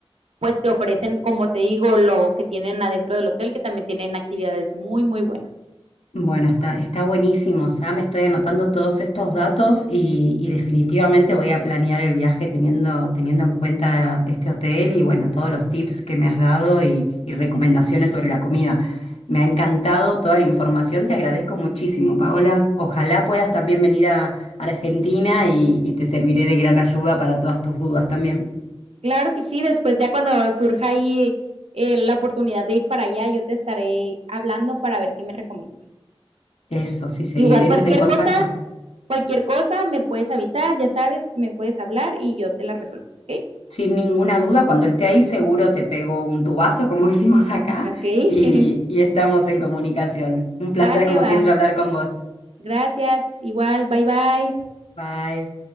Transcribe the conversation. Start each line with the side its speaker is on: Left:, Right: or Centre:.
Right: pues te ofrecen, como te digo, lo que tienen adentro del hotel, que también tienen actividades muy, muy buenas.
Left: Bueno, está, está buenísimo. Ya me estoy anotando todos estos datos y, y definitivamente voy a planear el viaje teniendo, teniendo en cuenta este hotel y bueno, todos los tips que me has dado y, y recomendaciones sobre la comida. Me ha encantado toda la información, te agradezco muchísimo, Paola. Ojalá puedas también venir a Argentina y, y te serviré de gran ayuda para todas tus dudas también.
Right: Claro que sí, después ya cuando surja ahí eh, la oportunidad de ir para allá, yo te estaré hablando para ver qué me recomiendas.
Left: Eso, sí, seguiremos
Right: Igual cualquier
Left: en contacto.
Right: cosa, cualquier cosa me puedes avisar, ya sabes, me puedes hablar y yo te la resuelvo, ¿ok?
Left: Sin ninguna duda, cuando esté ahí seguro te pego un tubazo, como <laughs> decimos acá,
Right: Ok.
Left: y,
Right: <laughs>
Left: y estamos en comunicación. Un placer,
Right: Va que
Left: como siempre,
Right: va.
Left: hablar con vos.
Right: Gracias. Igual. Bye bye.
Left: Bye.